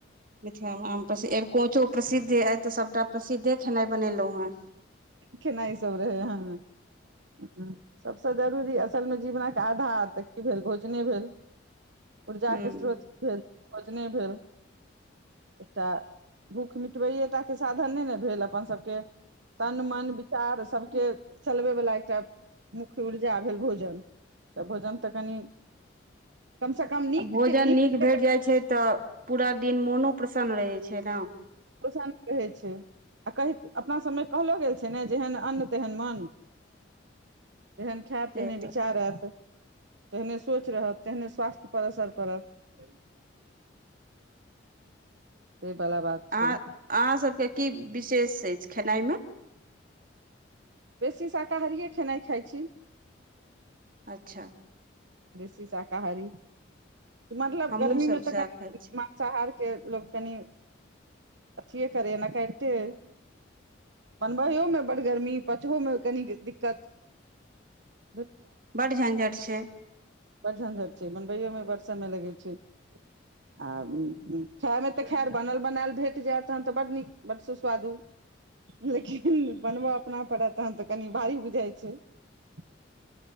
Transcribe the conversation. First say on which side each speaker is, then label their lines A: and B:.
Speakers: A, on the right; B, on the right.
A: मिथिला मे आम प्रसिद्ध, एरकोंचो प्रसिद्ध अति, आइ त सब सबटा प्रसिद्धे खेनाइ बनेलहुं हेँ।
B: खेनाइ सब रहे हें, सबसे जरूरी असलमे जीवनके आधार त की भेल भोजने भेल ऊर्जा
A: हेँ
B: के स्रोत भेल। भोजने भेल, एकटा भुख मिटबैेये टा के साधन नहि ने भेल अपना सबके। तन मन विचार सबके चलबै वला एकटा मुख्य ऊर्जा भेल भोजन, त भोजन त कनि कमसँ कम नीक
A: आ भोजन
B: के
A: नीक
B: के
A: भेट जाइत छै त पुरा दिन मोनो प्रसन्न रहै छै ना।
B: शांत रहै छै, आ कहि अपना सबमे कहलो गेल छै ने, जेहन अन्न तेहन मन। जेहन खायब,
A: से
B: तेहने
A: तऽ
B: विचार आयत। जेहने सोच रहत तेहने स्वास्थ्य पर असर पड़त। से बला बात
A: आ,
B: छै
A: अहाँ सबके की विशेष अछि खेनाइमे
B: बेसी शाकाहारिए खेनाइ खाइ छी।
A: अच्छा।
B: बेसी शाकाहारी। मतलब
A: हमहूँ
B: गर्मी
A: सभ
B: मे त
A: सएह
B: कनि
A: खाइ छी
B: मांसाहारी के लोक कनि अथिए करैये ना करिते ऐ। बनबहियओमे बड्ड गर्मी पाछहोमे कनि दिक्कत। <unintelligible>
A: बड्ड झञझट छै। <unintelligible>
B: बड् झञझट छै बनबैयओमे बड्ड समय लगै छै <unintelligible> आ खायमे तऽ खैर बनल बनायल भेट जायत तखन तऽ बड्ड नीक बड्। सुस्वादु लेकिन बनबय अपना पड़त तन तऽ कनि भारी बुझाइ छै। <unintelligible>